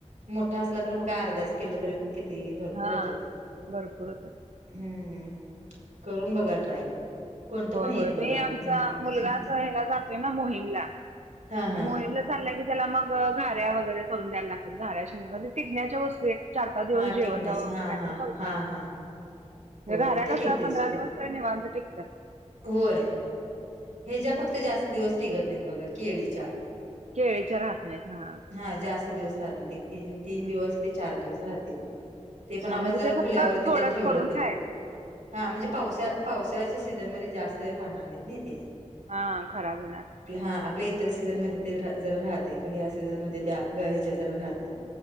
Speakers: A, on the right; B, on the right.
A: मोठा असला तर मग का अर्ध्याच केलं तरी पण. ती भरपूर
B: हा
A: होत्या
B: भरपूर होतात.
A: हम्म करून बघा ट्राय. कोणतं
B: होय
A: पण एक
B: होय
A: बघा
B: मी
A: हम्म
B: आमचा मुलगा अस या्यायला जातोय ना मोहीमला.
A: हा हा
B: मग मोहीमला चाललंय की त्याला मग घाऱ्या वगैरे करून द्यायला लागतात घाऱ्या शंग टिकगण्याच्या वस्तू एक. चार पाच दिवस
A: हा
B: जेवण
A: टिकण्याच
B: द्यावं असं
A: हा
B: काही
A: हा
B: तर करू द्या.
A: हा हा होय
B: म्हणे घऱ्या
A: ते
B: कच
A: टिकते
B: पंधरा
A: सोडं
B: दिवस तर वांध टिकत.
A: होय. ह्याच्या्या फक्त जास्त दिवस टिकत नाहीत बघा केळीच्या.
B: केळीच्या राहत नाहीत हा.
A: हा जास्त दिवस राहत ते तीन
B: हम्म.
A: दिवस ते चार दिवस राहतील. ते
B: हा
A: पण
B: म्हणजे
A: आपण जरा
B: ते फक्त
A: खुल्यावरती
B: थोडंच
A: ते ठेवलं
B: करून
A: तर
B: खायचं
A: हा म्हणजे पावसा पावसाळ्याच्या सीझनमध्येध्ये जास्त राहणार नाहीत नाही ते
B: हा खराब होणार
A: हा आपल्या इतर सीझनमध्ये ते रा जरा राहते. पर ह्या सीझनमध्ये
B: हम्म
A: त्या गहेच्या जरा राहत नाहीत.